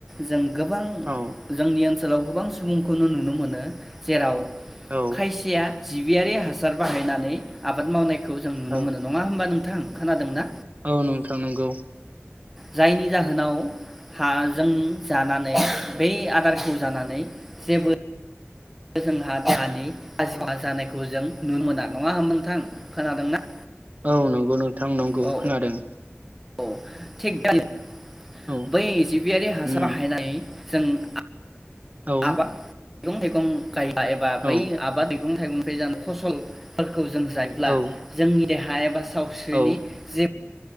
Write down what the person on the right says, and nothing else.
औ
औ
औ
औ नोंथां नंगौ।
औ नंगौ नों थां नंगौ
खोनादों।
औ
उम
औ
औ
औ
औ